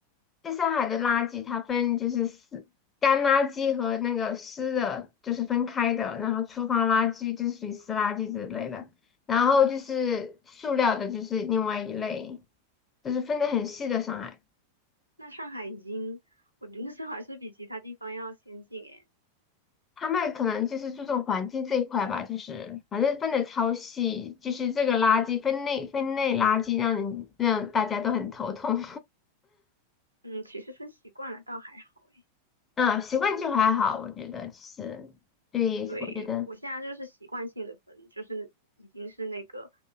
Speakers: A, on the left; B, on the right.
A: 在上海的垃圾它分就是湿干垃圾和那个湿的，就是分开的，然后厨房垃圾就是属于湿垃圾之类的，然后就是塑料的，就是另外一类，就是分的很细的上海，
B: 那上海已经，我觉得上海是比其他地方要先进诶。
A: 他们可能就是注重环境这一块吧，就是反正分的超细，就是这个垃圾分类分类垃圾让人让大家都很头痛，
B: 嗯，其实分习惯了倒还好诶。
A: <laughs> 嗯，习惯就还好，我觉得就是对，
B: 对，
A: 我觉得。
B: 我现在就是习惯性的分，就是已经是那个，